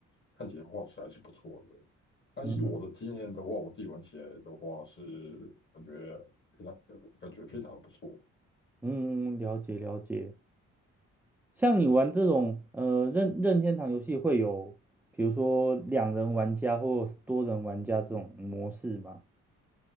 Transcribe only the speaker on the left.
看起来画质还是不错的。那以我的经验的话，
我自己玩起来的话是感觉非常感觉非常的不错。